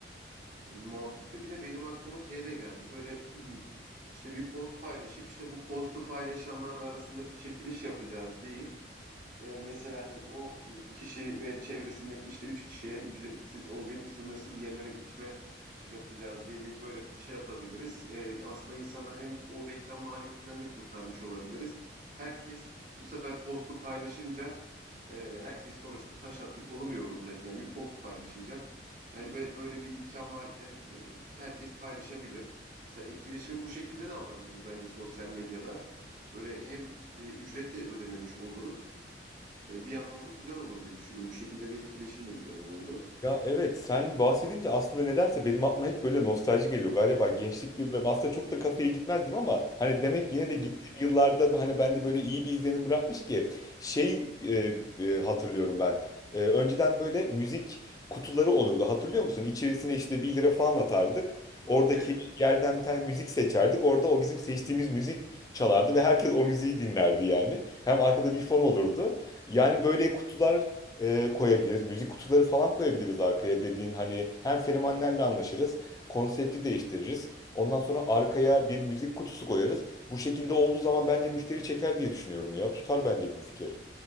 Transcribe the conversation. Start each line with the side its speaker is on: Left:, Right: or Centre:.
Right: Mantıklı bir de benim aklıma şey de geldi böyle İşte bir post paylaşıp işte bu postu paylaşanlar arasında bir çekiliş yapacağız deyip ee, mesela hani o e, kişi ve çevresindeki işte üç kişiye ücretsiz o gün sınırsız yeme ve içme yapacağız diye bir böyle bir şey yapabiliriz. Ee, aslında insanlar hem o reklam maliyetinden de kurtarmış olabiliriz. Herkes bu sefer postu paylaşınca e, herkes sonuçta taş attı kolu mu yorulacak? Yani bir post paylaşacak. Yani be- böyle bir imkan varken e, herkes paylaşabilir. Mesela etkileşimi bu şekilde de alabiliriz bence sosyal medyada. Böyle hem e, ücret de ödememiş oluruz. Eee, bir yandan da güzel olur diye düşündüm. Bu şekilde bir etkileşim de güzel olurdu.
Left: Ya evet sen bahsedince aslında nedense benim aklıma hep böyle nostalji geliyor. Galiba gençlik yıllarım aslında çok da kafeye gitmezdim ama hani demek yine de
Right: Hı
Left: gittiğim
Right: hı.
Left: yıllarda hani bende böyle iyi bir izlenim bırakmış ki şey e, e, hatırlıyorum ben. E, önceden böyle müzik kutuları olurdu hatırlıyor musun? İçerisine işte bir lira falan atardık. Oradaki
Right: Evet.
Left: yerden bir tane müzik seçerdik. Orada o bizim seçtiğimiz müzik çalardı ve herkes o müziği dinlerdi yani. Hem arkada bir fon olurdu. Yani böyle kutular e, koyabiliriz. Müzik kutuları falan koyabiliriz arkaya dediğin hani hem fenomenlerle anlaşırız, konsepti değiştiririz. Ondan sonra arkaya bir müzik kutusu koyarız. Bu şekilde olduğu zaman bence müşteri çeker diye düşünüyorum ya. Tutar bence bu fikir.